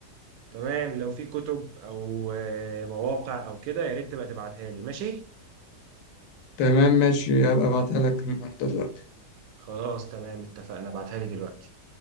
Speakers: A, on the right; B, on the left.
A: تمام لو في كتب او آه، مواقع او كده يا ريت تبقى تبعتها لي ماشي
B: تمام ماشي هبقى ابعتها لك النهارده دلوقتي
A: خلاص تمام اتفقنا ابعتها لي دلوقتي